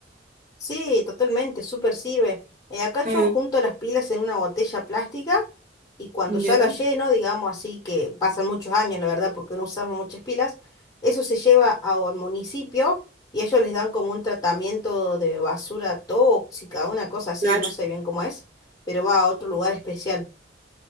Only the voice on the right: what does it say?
Mm,
ya,
claro.